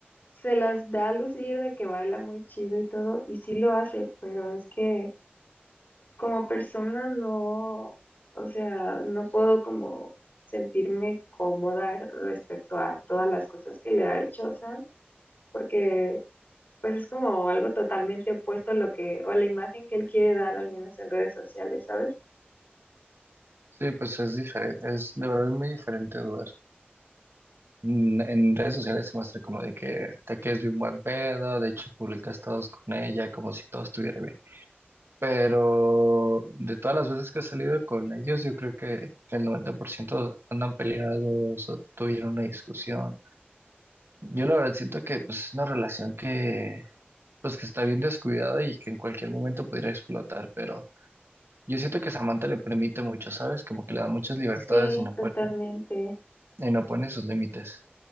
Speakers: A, on the left; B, on the right.
A: se las da a lucir de que baila muy chido y todo y sí lo hace, pero es que... como persona no, o sea, no puedo como sentirme cómoda respecto a todas las cosas que le ha hecho Sam, porque pues es como algo totalmente opuesto a lo que, o a la imagen que él quiere dar, al menos en redes sociales, ¿sabes?
B: Sí, pues es diferente, es de verdad es muy diferente Duar. mm, En redes sociales se muestra como de que te quedes bien buen pedo, de hecho publicas todos con ella, como si todo estuviera bien. Pero de todas las veces que he salido con ellos, yo creo que el 90% andan peleados o tuvieron una discusión. Yo la verdad siento que pues, es una relación que, pues, que está bien descuidada y que en cualquier momento pudiera explotar, pero yo siento que Samantha le permite mucho, ¿sabes? Como que le da muchas libertades
A: Sí,
B: y no,
A: totalmente.
B: pone- y no pone sus límites.